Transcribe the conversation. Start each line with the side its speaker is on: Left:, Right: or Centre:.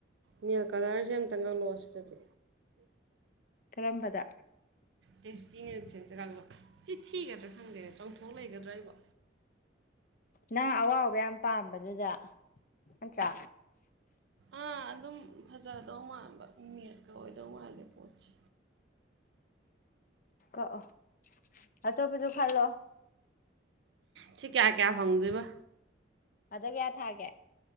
Right: ꯅꯦꯜ ꯀꯂꯔꯁꯦ ꯑꯃꯝꯇꯪ ꯀꯛꯂꯛꯑꯣ ꯁꯤꯗꯗꯤ
Left: ꯀꯔꯝꯕꯗ
Right: ꯇꯦꯁꯇꯤ ꯅ꯭ꯌꯨꯠꯁꯦ ꯑꯝꯇ ꯀꯛꯂꯛꯑꯣ ꯁꯤ ꯊꯤꯒꯗ꯭ꯔꯥ ꯈꯪꯗꯦꯅꯦ ꯆꯪꯊꯣꯛ ꯂꯩꯒꯗ꯭ꯔꯥ ꯑꯩꯕꯣ
Left: ꯅꯪ ꯑꯋꯥꯎꯕ ꯌꯥꯝ ꯄꯥꯝꯕꯗꯨꯗ ꯅꯠꯇ꯭ꯔꯥ
Right: ꯑꯥ ꯑꯗꯨꯝ ꯐꯖꯗꯧ ꯃꯥꯟꯕ ꯅ꯭ꯌꯨꯠꯀ ꯑꯣꯏꯗꯧ ꯃꯥꯜꯂꯦ ꯄꯣꯡꯁꯦ
Left: ꯀꯛꯑꯣ ꯑꯇ‌ꯧꯞꯄꯖꯨ ꯈꯜꯂꯣ
Right: ꯁꯤ ꯀꯌꯥ ꯀꯌꯥ ꯐꯪꯗꯣꯏꯕ
Left: ꯑꯗ ꯀꯌꯥ ꯊꯥꯒ‌ꯦ